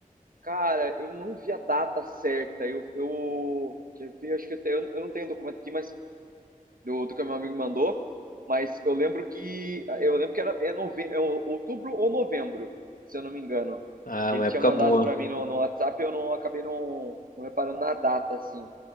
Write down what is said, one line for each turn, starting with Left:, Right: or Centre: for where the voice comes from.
Right: Cara, eu não vi a data certa. Eu. eu quer ver? Acho que eu, tenho, eu não tenho documento aqui, mas do, do que meu amigo mandou, mas eu lembro que eu lembro que era é nove, é o- outubro ou novembro, se eu não me engano.
Left: Ah,
Right: Ele
Left: uma
Right: tinha
Left: época
Right: mandado
Left: boa.
Right: para mim no, no WhatsApp, eu não acabei não, não reparando na data assim.